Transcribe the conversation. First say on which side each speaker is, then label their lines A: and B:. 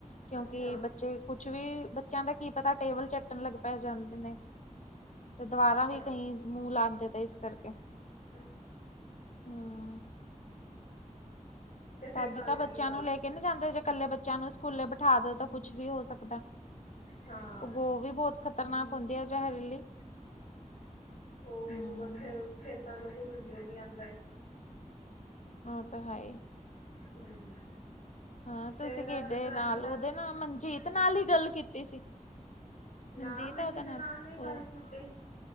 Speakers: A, on the left (about 60°); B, on the left (about 80°).
A: ਕਿਉਕਿ
B: ਅੱਛਾ
A: ਬੱਚੇ ਕੁਛ ਵੀ ਬੱਚਿਆਂ ਦਾ ਕੀ ਪਤਾ ਟੇਬਲ ਚਟਣ ਲਗ ਪੈ ਜਾਦੇ ਨੇ ਤੇ ਦੁਵਾਰਾ ਵੀ
B: ਹਾਂ
A: ਕਈ ਮੂੰਹ ਲਾਉਦੇ ਤੇ ਇਸ ਕਰਕੇ
B: ਹਮ <unintelligible>
A: ਹਾਂ-
B: ਤੇ ਫੇਰ
A: ਤਦ
B: ਕੱਲ
A: ਤਾਂ ਬੱਚਿਆਂ
B: ਕੱਲ
A: ਨੂੰ ਲੈ ਕੇ- ਕਹਿਦੇ ਜਾਦੇ ਜੇ ਇਕਲੇ ਬੱਚਿਆਂ ਨੂੰ ਸਕੂਲੇ ਬਿਠਾ ਦ ਤਾਂ ਕੁਛ ਵੀ ਹੋ ਸਕਦਾ
B: ਹਾਂ
A: ਉਹ ਗੋ ਵੀ ਬਹੁਤ ਖ਼ਤਰਨਾਕ ਹੁਦੀ ਹੈ। ਜ਼ਹਿਰੀਲੀ।
B: ਉਹਥੇ
A: ਹੂੰ
B: ਖੇਤਾਂ ਚੋ ਘੁਸ ਜਓਦੇ ਨੇ ਅੰਦਰ
A: ਉ ਤਾਂ ਹੈ।
B: ਹਮ
A: ਹਾਂ ਤੁਸੀ
B: ਤੇ ਇਹਦਾ
A: ਕਿਡੇ
B: ਡਰਾਇੰਗ
A: ਨਾਲ
B: ਦਾ
A: ਉਹਦੇ ਨਾਲ ਮਨਜੀਤ ਨਾਲ ਹੀ ਗੱਲ ਕੀਤੀ ਸੀ। ਮਨਜੀਤ
B: ਨਾ ਮੈਂ।
A: ਆ
B: ਕਿਸੇ
A: ਉਹਦਾ
B: ਨਾਲ ਨੀ
A: ਉਹ
B: ਗੱਲ ਕੀਤੀ